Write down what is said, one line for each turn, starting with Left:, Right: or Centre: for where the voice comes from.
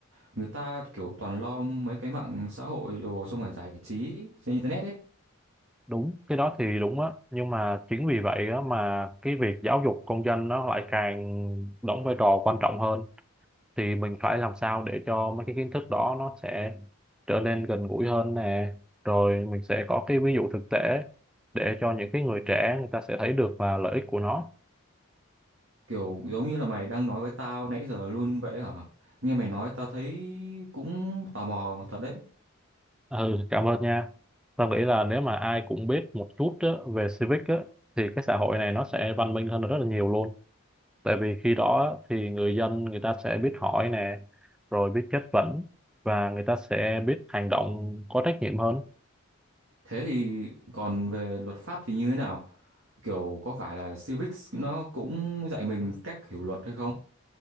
Right: Người ta kiểu toàn lo mấy cái mạng xã hội đồ xong rồi giải trí trên internet ấy
Centre: đúng cái đó thì đúng á nhưng mà chính vì vậy á mà cái việc giáo dục công dân nó lại càng đóng vai trò quan trọng hơn thì mình phải làm sao để cho mấy cái kiến thức đó nó sẽ trở nên gần gũi hơn nè rồi mình sẽ có cái ví dụ thực tế để cho những cái người trẻ người ta sẽ thấy được là lợi ích của nó
Right: kiểu giống như là mày đang nói với tao nãy giờ luôn vậy hả? Nghe mày nói tao thấy cũng tò mò thật đấy.
Centre: ừ cảm ơn nha tao nghĩ là nếu mà ai cũng biết một chút á, về civic á, thì cái xã hội này nó sẽ văn minh hơn rất là nhiều luôn tại vì khi đó thì người dân người ta sẽ biết hỏi nè rồi biết chất vấn và người ta sẽ biết hành động có trách nhiệm hơn
Right: Thế thì còn về luật pháp thì như thế nào? Kiểu có phải là civics nó cũng dạy mình cách hiểu luật hay không?